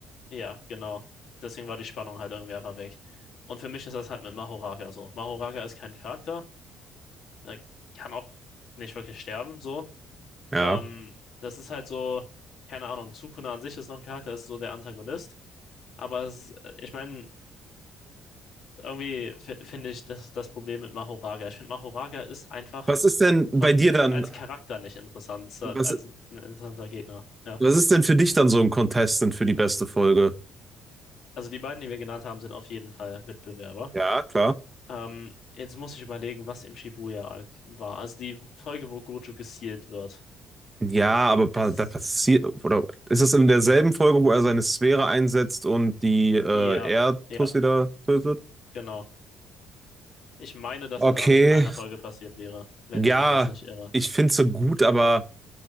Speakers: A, on the left; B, on the right.
A: Ja, genau. Deswegen war die Spannung halt irgendwie einfach weg. Und für mich ist das halt mit Mahoraga so. Mahoraga ist kein Charakter. Er kann auch nicht wirklich sterben, so.
B: Ja.
A: Ähm, das ist halt so, keine Ahnung, Sukuna an sich ist noch ein Charakter, ist so der Antagonist. Aber es, ich meine, irgendwie fi- finde ich das, das Problem mit Mahoraga. Ich finde, Mahoraga ist einfach
B: Was ist denn bei
A: von,
B: dir
A: von,
B: dann,
A: als Charakter nicht interessant, so
B: was,
A: als ein interessanter Gegner. Ja.
B: was ist denn für dich dann so ein Contestant für die beste Folge?
A: Also die beiden, die wir genannt haben, sind auf jeden Fall Mitbewerber.
B: Ja, klar.
A: Ähm, jetzt muss ich überlegen, was im Shibuya-Arc war. Also die Folge, wo Gojo gestealt wird.
B: Ja, aber pa-
A: Ist,
B: da passiert, oder ist es in derselben Folge, wo er seine Sphäre einsetzt und die äh,
A: ja,
B: Erdtussi
A: ja,
B: da tötet?
A: genau. Ich meine, dass
B: Okay,
A: das alles in einer Folge passiert wäre, wenn
B: ja,
A: ich mich jetzt nicht irre.
B: ich finde sie gut, aber